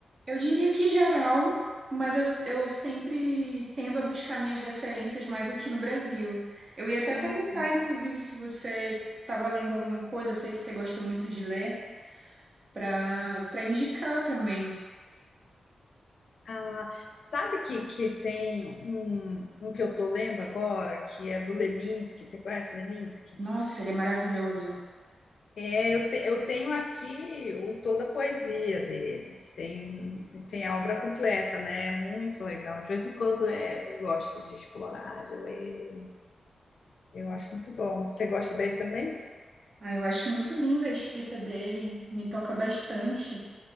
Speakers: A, on the right; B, on the left.
A: Eu diria que geral, mas eu, eu sempre tendo a buscar minhas referências mais aqui no Brasil. Eu ia até perguntar,
B: Ai, que-
A: inclusive, se você estava lendo alguma coisa, eu sei que você gosta muito de ler, para para indicar também.
B: Ah, sabe que, que tem um, um que eu tô lendo agora, que é do Leminski. Você conhece o Leminski?
A: Nossa, ele é maravilhoso.
B: É, Eu, te- eu tenho aqui o, toda a poesia dele, que tem, tem a obra completa, né? É Muito legal. De vez em quando é, eu gosto de explorar, de ler. Eu acho muito bom. Você gosta dele também?
A: Ah, eu acho muito linda a escrita dele, me toca bastante.